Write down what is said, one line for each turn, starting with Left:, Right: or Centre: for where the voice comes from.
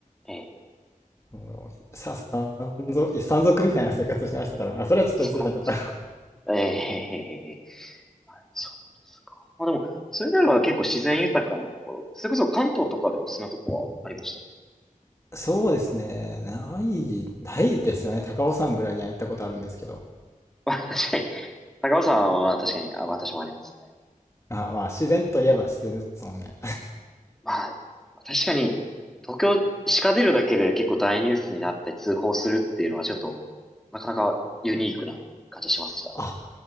Centre: ー、えー
Left: もう、さ、山賊、山賊みたいな生活をしてました、多分。まあ、それはちょっと言い過ぎたけど。
Centre: 山賊。
Left: <laughs>
Centre: ええそうですか。まあでも、それならば結構自然豊かなところ。それこそ関東とかでおすすめなとこはありましたか
Left: そうですね、ない、ないですよね。高尾山ぐらいには行ったことあるんですけど。
Centre: まあ <laughs> 確かに、高尾山は確かに、あ、私もありますね。
Left: あ、まあ、自然といえば自然ですもんね。
Centre: まあ、確かに、東京、鹿出るだけで結構大ニュースになったり通報するっていうのはちょっと、なかなかユニークな感じしましたね。
Left: <laughs> あ、